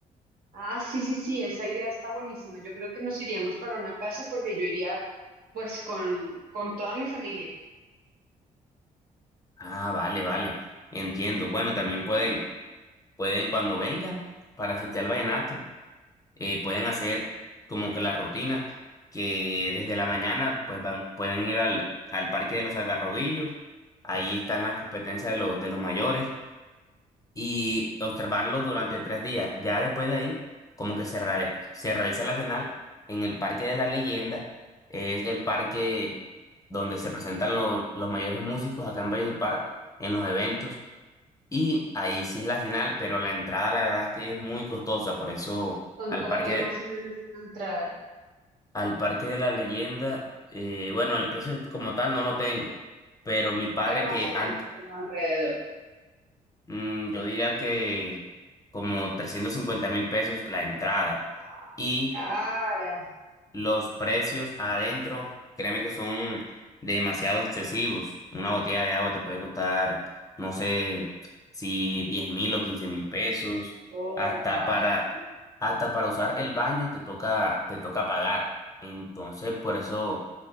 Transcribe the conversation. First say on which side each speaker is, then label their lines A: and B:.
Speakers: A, on the right (about 60°); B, on the left (about 20°).
A: Ah, sí, sí, sí, esa idea está buenísima. Yo creo que nos iríamos para una casa porque yo iría pues con, con toda mi familia.
B: Ah, vale, vale, entiendo. Bueno, también pueden, pueden cuando vengan para festear el vallenato, eh, pueden hacer como que la rutina que desde la mañana pues van, pueden ir al, al Parque de los Algarrobillos. Ahí están las competencias de los, de los mayores y observarlo durante tres días. Ya después de ahí, como que se, reali- se realiza la final en el Parque de la Leyenda, es el parque donde se presentan lo- los mayores músicos acá en Valledupar en los eventos, y ahí sí es la final, pero la entrada la verdad es que es muy costosa, por eso
A: ¿Cuánto
B: al Parque,
A: vale más o menos una entrada?
B: al Parque de la Leyenda, eh, bueno, el precio como tal no lo tengo, pero mi padre
A: Pero más
B: que
A: o menos,
B: antes
A: como alrededor.
B: Mm, yo diría que como trescientos cincuenta mil pesos la entrada
A: Ah,
B: y
A: cara,
B: los precios adentro, créeme que son demasiado excesivos. Una botella de agua te puede costar, no sé, si diez mil o quince mil pesos.
A: copa.
B: Hasta para, hasta para usar el baño te toca, te toca pagar. Entonces, por eso,